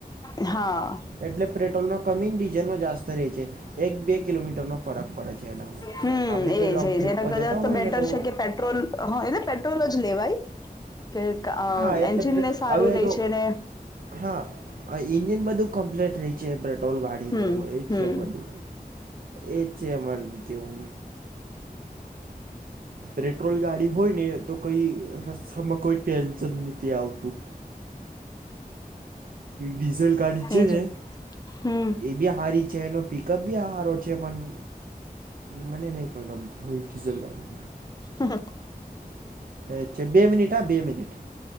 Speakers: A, on the left; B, on the right.
A: હા.
B: એટલે પેટ્રોલનો કમી ડીઝલનો જાસ્ત રહે છે એક બે કિલોમીટરનો ફરક પડે છે એનામાં
A: હમ
B: આપણે કઈ
A: એજ
B: લોંગ ટ્રીપ
A: એજ એના
B: પર
A: કદાચ
B: જતા હોય
A: તો બેટર
B: તો
A: કે પેટ્રોલ હા એલે પેટ્રોલ જ લેવાય. કે
B: હા એટલે
A: એન્જિન ને સારું
B: હવે
A: રહી
B: જો
A: છે ને.
B: હા ઇન્જિન બધું કમ્પ્લેટ રહી છે બ. પેટ્રોલ ગાડીનું
A: હમ
B: એ જ
A: હમ
B: છે બધું એ જ છે અમાર કેવું પેટ્રોલ ગાડી હોય ને તો કઈ રસ્તામાં કોઈ ટેન્શન નથી આવતું. ડીઝલ ગાઢી છે
A: એજ
B: ને
A: હમ
B: એ બી હારી છે એનો પિકઅપ બી સારો છે પણ મને નહીં પણ ગમતું હય ડીઝલ ગાડી.
A: હા
B: અચ્છા બે મિની ટ હ બે મિનિટ.